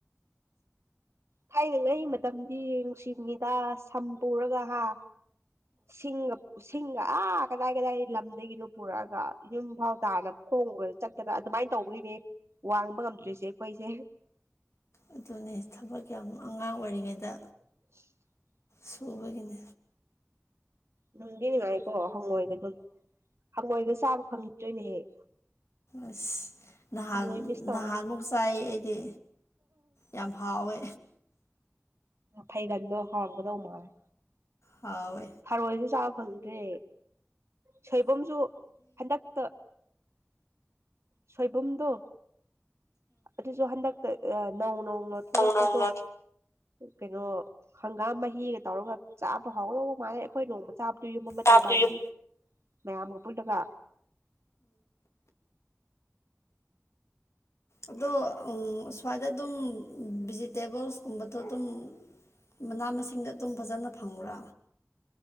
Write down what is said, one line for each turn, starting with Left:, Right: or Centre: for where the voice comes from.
Right: ꯊꯥꯏꯅꯉꯒꯤ ꯃꯇꯝꯗꯤ ꯅꯨꯡꯁꯤꯉꯗ ꯁꯝ ꯄꯨꯔꯒ ꯍꯥ ꯁꯤꯡꯁꯤꯡ ꯑꯥ ꯀꯗꯥꯏ ꯀꯗꯥꯏ ꯂꯝꯗꯒꯤꯅꯣ ꯄꯨꯔꯛꯑꯒ ꯌꯨꯝ ꯐꯥꯎ ꯇꯥꯅ ꯈꯣꯡ ꯆꯠꯇꯅ ꯑꯗꯨꯃꯥꯏꯅ ꯇꯧꯕ ꯎꯏꯅꯦ ꯋꯥꯡꯕ ꯉꯝꯗ꯭ꯔꯤꯁꯦ ꯑꯩꯈꯣꯏꯁꯦ
Left: ꯑꯗꯨꯅꯦ ꯊꯕꯛ ꯌꯥꯝ ꯑꯉꯥꯡ ꯑꯣꯏꯔꯤꯉꯩꯗ
Right: <unintelligible>
Left: ꯁꯕꯒꯤꯅꯦ
Right: ꯗꯤ ꯅꯨꯡꯉꯥꯏꯀꯣ ꯍꯪꯉꯣꯏꯒ ꯍꯪꯉꯣꯏꯒ ꯆꯥꯕ ꯐꯪꯈꯤꯠꯇꯣꯏꯅꯦꯍꯦꯛ
Left: ꯑꯁ ꯅꯍꯥꯟ
Right: ꯍꯪꯉꯣꯏ ꯃꯤꯁ ꯇꯧꯋꯦ
Left: ꯅꯍꯥꯟꯃꯨꯛ ꯆꯥꯏ ꯑꯩꯗꯤ ꯌꯥꯝ ꯍꯥꯎꯋꯦ
Right: ꯐꯩꯒꯟꯗꯣ ꯍꯥꯡꯒꯗꯧ ꯃꯥꯉꯦ
Left: ꯑꯥꯎ
Right: ꯊꯥꯔꯣꯏꯁꯨ ꯆꯥꯕ ꯐꯪꯗ꯭ꯔꯦ ꯁꯣꯏꯕꯨꯝꯁꯨ ꯍꯟꯗꯛꯇ ꯁꯣꯏꯕꯨꯝꯗꯣ ꯑꯗꯨꯁꯨ ꯍꯟꯗꯛꯇ ꯅꯧ ꯅꯧ ꯊꯣꯛꯂꯛꯄꯗꯣ
Left: ꯅꯣꯡ ꯅꯣꯡꯅ
Right: ꯀꯩꯅꯣ ꯍꯪꯒꯥꯝ ꯃꯍꯤꯒ ꯇꯧꯔꯒ ꯆꯥꯕ ꯐꯥꯎꯗꯧꯕ ꯃꯥꯜꯂꯩ ꯑꯩꯈꯣꯏ ꯅꯣꯡꯃ ꯆꯥꯞꯇꯨ ꯌꯨꯝ ꯃ ꯃꯇ
Left: ꯍꯥꯞꯇꯨ
Right: ꯏꯃꯥꯟ ꯅꯕꯤ
Left: ꯌꯨꯝ
Right: ꯃꯌꯥꯝ ꯑꯃꯒ ꯄꯨꯜꯂꯒ
Left: ꯑꯗꯣ ꯁ꯭ꯋꯥꯏꯗ ꯑꯗꯨꯝ ꯚꯤꯖꯤꯇꯦꯕꯜꯁꯀꯨꯝꯕꯗꯣ ꯑꯗꯨꯝ ꯃꯅꯥ ꯃꯁꯤꯡꯗ ꯑꯗꯨꯝ ꯐꯖꯅ ꯐꯪꯕ꯭ꯔꯥ